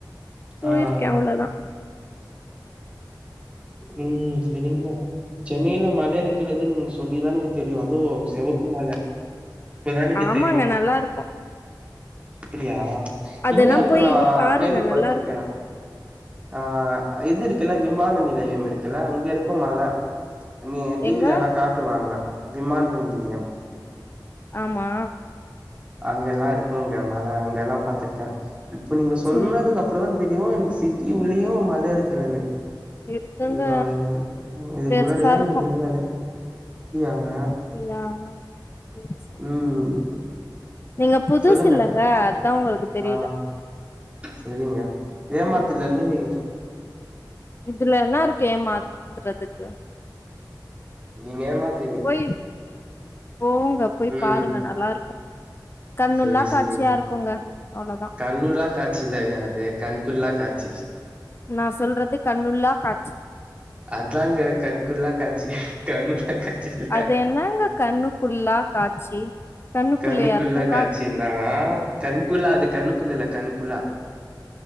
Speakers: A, on the left; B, on the right.
A: போயிருக்கே
B: ஆ
A: அவ்ளதா
B: ம் செரிங்க சென்னையில மல இருக்கிறது நீங்க சொல்லிதானக்கு தெரியு அதோ செவப்பு மல இப்பதா எனக்கு
A: ஆமாங்க
B: தெரியு
A: நல்லாருக்கு
B: அப்பிடியா
A: அதெல்லா
B: இங்க இருக்கூ
A: போய்
B: நா
A: பாருங்க
B: கேள்விப்பட்டுருக்கே
A: நல்லாருக்கு
B: ஆ இது இருக்குல்ல விமான நிலையம் இருக்குல்ல அங்க இருக்கும் மல நீ இங்க டிவிலல்லா
A: எங்க
B: காட்டுவாங்க விமான நிலையம்
A: ஆமா
B: அங்கெல்லா இருக்குங்க மல அங்க எல்லாம் பாத்திருக்க இப்ப நீங்க சொன்னதுக்கு
A: சேரி
B: அப் அப்புறந்தா தெரியு எனக்கு சிட்டி உள்ளயு மல இருக்குனுன்னு
A: இருக்குங்க
B: இதுக்கு <unintelligible> இதுக்கு
A: பெருசா
B: முன்னாடிலா எனக்கு
A: இருக்கு
B: தெரியாது அப்டியாங்க
A: அப்டியா சேரி சேரி
B: ம்
A: நீங்க புதுசு
B: சொல்லுங்க.
A: இல்லங்க அதா உங்களுக்கு தெரியில
B: ஆ. செரிங்க ஏமாத்தலல்ல
A: ம்
B: நீங்க
A: இதுல என்னா இருக்கு ஏமாத்துறதுக்கு
B: நீங்க ஏமாத்
A: போய் போங்க போய்
B: ம்
A: பாருங்க நல்லா ருக்கூ கண்ணுள்ளா
B: செரி செரி
A: காட்சியா இருக்குங்க அவ்ளோதா
B: கண்ணுள்ளா காட்சி இல்லங்க அது கண்குள்ளா காட்சி
A: நா சொல்றது கண்ணுள்ளா காட்சி
B: அதாங்க கண்கொள்ளாக் காச்சி கண்ணுல்லா காச்சி இல்ல
A: அது என்னங்க கண்ணுக்குள்ளா காட்சி கண்ணுக்குள்ளயா
B: கண்ணுக்குள்ளா
A: இருக்கு
B: காட்சினா
A: காட்சி
B: கண்குளா அது கண்ணுக்குள்ளல்ல கண்குளா